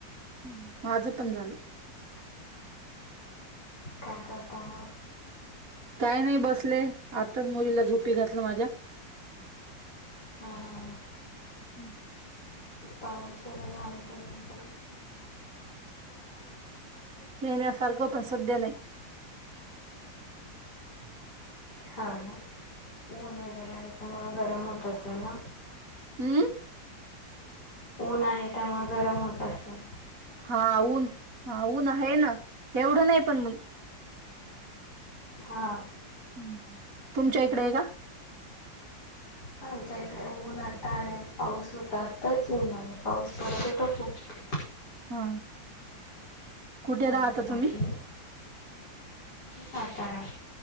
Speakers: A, on the right; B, on the left.
A: हम माझं पण झालं.
B: काय करता मग?
A: काय नाही बसले, आताच मुलीला झोपी घातलं माझ्या.
B: हा हा हा.
A: हम.
B: पाऊस वगैरे आहे काय तुमच्याकडे?
A: येण्या सारखं पण सध्या नाही. <inaudible>
B: हा ना ऊन वगैरे याच्यामुळं गरम होत असेल ना?
A: अम.
B: ऊन आहे त्यामुळं गरम होत असलं?
A: हा ऊन हा ऊन आहे ना, एवढं नाही पण मु
B: हा.
A: ह ह तुमच्या इकडे आहे का?
B: आमच्या इकडे ऊन आता आले पाऊस होता, आताच ऊन आलं पाऊस पडत होता खूप.
A: हा कुठे
B: हा
A: राहता
B: बाकी?
A: तुम्ही?
B: सातारा.